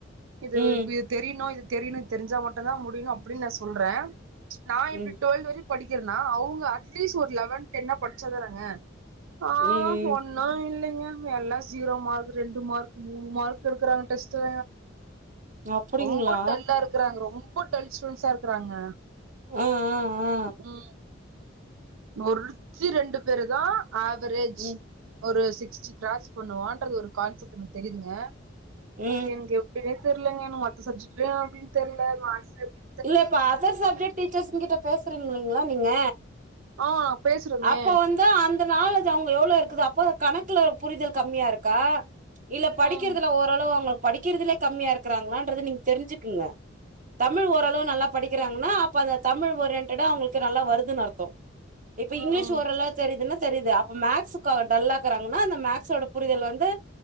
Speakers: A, on the right (about 85°); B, on the right (about 40°).
A: இது
B: ம்
A: தெரியணும் இது தெரியணும் தெரிஞ்சா மட்டும் தான் முடியணும் அப்டின்னு நான் சொல்றன் நான்
B: ம்
A: இப்பட டுவெல் வரை படிக்கிறனா அவங்க அட்லீ்ஸ்ட் ஒரு லெவன் டென் படிச்சாதாங்க ஆ
B: ம்
A: இன்னும் இல்லீங்க எல்லாம் ஜீரோ மார்க் ரெண்டு மார்க் மூணு மார்க் எடுக்கறாங்க டெஸ்ட்ல
B: அப்படிங்களா
A: ரொம்ப டல்லா இருக்குறாங்க ரொம்ப இப்ப <unintelligible> இருக்கிறாங்க
B: ஆ ஆ ஆ
A: ம் ஒருத்தி ரெண்டு பேரு தா ஆவரேஜ்
B: ம்
A: ஒரு சிக்ஸ்டி க்ராஸ் பண்ணுவான்றது ஒரு கான்செப்ட் எனக்கு தெரியதுங்கங்க
B: ம்
A: அது எங்கயோ எப்டினே தெரலங்க மத்த சப்ஜெக்ட்லயு அப்டினு தெரில மேக்ஸ் எப்டி
B: இல்ல இப்ப அதர் சப்ஜெக்ட் டீச்சர்ஸ்கிட்ட பேசுறீங்க இல்லலைங்களா நீங்க
A: ஆ பேசுறோமே
B: அப்ப வந்து அந்த நாள அவங்க எவ்வளோஇருக்குது அப்போ கணக்குல புரிதல் கம்மியா இருக்கா இல்ல படிக்கிறதுல
A: ம்
B: ஒரு அளவு அவங்க படிக்கிறதுலே கம்மியா இருக்கிறாங்களன்றது நீங்க தெரிஞ்சுக்குங்க தமிழ் ஓரளவு நல்லா படிக்கிறாங்கன்னா அப்ப அந்த தமிழ் ஒரியன்டடா அவங்களுக்கு நல்லா வருதுன்னு அர்த்தோ இப்ப இங்கிலீஷ்
A: ம்
B: ஓரல்ல தெரியுதுன்னா தெரியுது அப்ப மேக்ஸுக்கு அவே டல்லாக்குறாங்கன்னா அந்த மேக்ஸோட புரிதல் வந்து